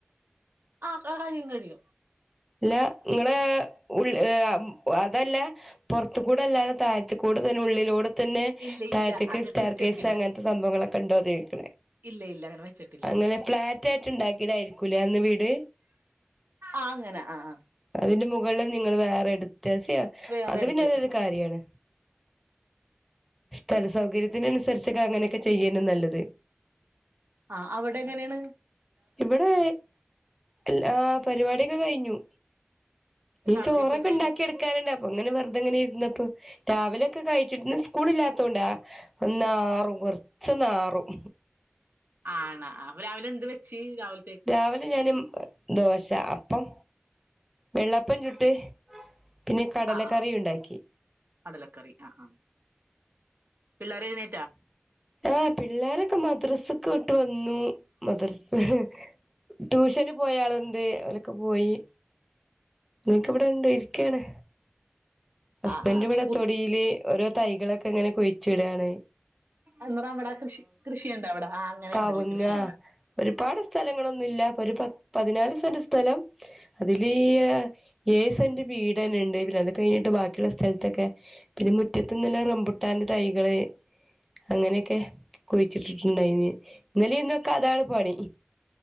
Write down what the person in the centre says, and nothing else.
അല്ല ഇങ്ങള് ഉള് ഏഹ് അതല്ല പൊർത്തിക്കൂടല്ലാതെ തായ്ത്തിക്കൂടെ തന്ന ഉള്ളിലൂടെ തന്നെ
തായ്ത്തിക്ക്
സ്റ്റാർ
കേസ് അങ്ങൻത്തെ സംഭവങ്ങളൊക്കെണ്ടോന്ന ചോയ്ക്കണേ
അങ്ങനെ ഫ്ളാറ്റായിട്ട് ഇണ്ടാക്ക്യേതായിരിക്കൂല്ലേ അന്ന് വീട്
അതിന്റെ മുകള്ള് നിങ്ങള് വേറെ എടുത്ത ചെയ്യ
അത്
പിന്നതൊരു കാര്യാണ് സ്ഥല സൗകര്യത്തിനന്സരിച്ചൊക്കെ അങ്ങനൊക്കെ ചെയ്യന്നെ നല്ലത്
ഇവിടെ ഏൽ ആഹ് പരിപാട്യൊക്കെ കൈഞ്ഞു ഈ
ചോറൊക്കെണ്ടാക്കി
എടു കാനിണ്ടപ്പ അങ്ങനെ വെർതെങ്ങനെര്ന്നപ്പൊ രാവിലൊക്കെ കഴിച്ച് ഇന്ന് സ്കൂളില്ലത്തോണ്ടാ ഒന്നാറും കൊർച്ചൊന്നാറും
രാവിലെ ഞാന് ദോശ അപ്പം വെള്ളപ്പം ചുട്ട് പിന്നെ കടല
കറിയുണ്ടാക്കി
ആഹ് പിള്ളേരൊക്കെ മദ്രസ് ട്ട് വന്നു മദ്റസ് ട്യൂഷന് പോയാളിണ്ട് ഓലൊ ക്കെ പോയി നിക്ക് ഇവ്ടെണ്ട് ഇരിക്കേണ് ഹസ്ബന്റിവ്ടെ
തൊടീല് ഓരോ തൈകളൊക്കെങ്ങനെ കുയ്ച്ചിടാണ്
കവുങ്ങ
ഒരുപാട് സ്ഥലങ്ങളൊന്നുല്ല ഒരു പ പതിനാല് സെന്റ് സ്ഥലം അതില് ഏഹ് ഏയ് സെന്റ് വീടെന്നെണ്ട് പിന്നെത് കൈഞ്ഞിട്ട് ബാ ക്കിള്ളെ സ്ഥൽത്തൊക്കെ പിന്നെ മുറ്റത്ത്ന്തല്ല റംമ്പുട്ടാന്റെ തൈകള് അങ്ങനെക്കെ കുയ്ച്ചിട്ടിട്ടിണ്ടായ്നി ഇന്നെലിന്നൊക്കെ അതാണ് പണി